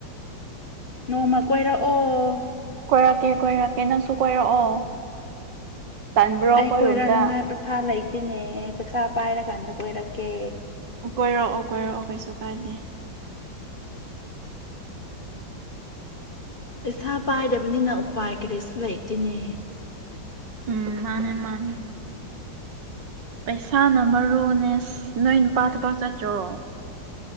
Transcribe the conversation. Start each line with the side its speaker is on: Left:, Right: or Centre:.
Left: ꯅꯣꯡꯃ ꯀꯣꯏꯔꯛꯑꯣ
Right: ꯀꯣꯏꯔꯛꯀꯦ ꯀꯣꯏꯔꯛꯀꯦ ꯅꯪꯁꯨ ꯀꯣꯏꯔꯛꯑꯣ ꯇꯟꯕ꯭ꯔꯣ ꯑꯩꯈꯣꯏꯔꯣꯝꯗ
Left: ꯑꯩ ꯀꯣꯏꯔꯛꯅꯤꯉꯥꯏ ꯄꯩꯁꯥ ꯂꯩꯇꯦꯅꯦ ꯄꯩꯁꯥ ꯄꯥꯏꯔꯀꯥꯟꯗ ꯀꯣꯏꯔꯛꯀꯦ
Right: ꯀꯣꯏꯔꯛꯑꯣ ꯀꯣꯏꯔꯛꯑꯣ ꯀꯩꯁꯨ ꯀꯥꯏꯗꯦ
Left: <inaudible> ꯏꯁꯥ ꯄꯥꯏꯗꯕꯅꯤꯅ ꯎꯄꯥꯏ ꯀꯔꯤꯁꯨ ꯂꯩꯇꯦꯅꯦ
Right: ꯎꯝ ꯃꯥꯅꯦ ꯃꯥꯅꯦ ꯄꯩꯁꯥꯅ ꯃꯔꯨꯅꯦꯁ ꯅꯣꯏ ꯅꯨꯄꯥꯗꯨꯐꯥꯎ ꯆꯠꯇ꯭ꯔꯣ